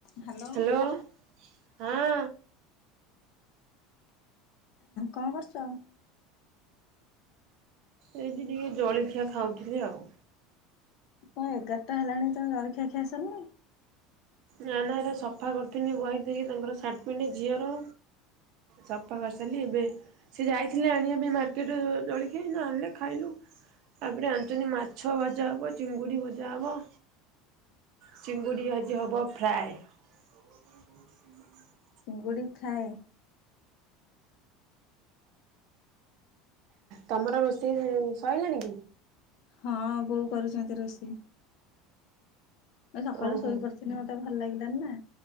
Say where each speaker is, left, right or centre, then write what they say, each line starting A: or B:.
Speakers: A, on the left; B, on the right.
A: Hello
B: hello. ହଁ।
A: କଣ କରୁଛ?
B: ଏଇଠି ଟିକେ ଜଳଖିଆ ଖାଉଥିଲି ଆଉ।
A: କଣ ଏଗାରଟା ହେଲାଣି ତମ ଜଳଖିଆ ସରିନି?
B: ନା ନା ଏରା ସଫା କରିଥିଲି ବହେ ଦେଇକି ତାଙ୍କର ସାର୍ଟ ପେଣ୍ଟ ଝିଅର। ସଫା କରିସାରିଲି ଏବେ ସେ ଯାଇଥିଲେ ଆଣିବା ପାଇଁ ମାର୍କେଟରୁ ଜଳିଖିଆ ସେ ଆଣିଲେ ଖାଇଲୁ। ତା ପରେ ଆଣିଛନ୍ତି ମାଛ ଭଜା ହେବ ଚିଙ୍ଗୁଡ଼ି ଭଜା ହେବ ଚିଙ୍ଗୁଡ଼ି ଆଜି ହେବ ଫ୍ରାଏ। <inaudible>
A: ଚିଙ୍ଗୁଡ଼ି ଫ୍ରାଏ?
B: ତମର ରୋଷେଇ ସଇଲାଣି କି?
A: ହଁ ବୋଉ କରୁଛନ୍ତି ରୋଷେଇ। ମୁ ଏଇ ସକାଳୁ
B: ଓହୋ
A: ଶୋଇ ପଡ଼ିଥିଲି ମତେ ଭଲ ଲାଗିଲାନି ନା,